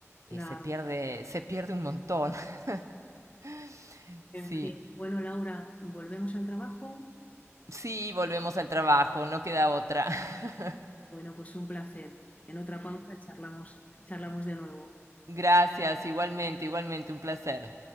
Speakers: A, on the left; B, on the right.
A: Claro.
B: eh, se pierde, se pierde un montón. <laughs>
A: En
B: Sí,
A: fin. Bueno, Laura, volvemos al trabajo.
B: sí, volvemos al trabajo, no queda otra. <laughs>
A: Bueno, pues un placer. En otra pausa charlamos, charlamos de nuevo.
B: Gracias, igualmente, igualmente, un placer.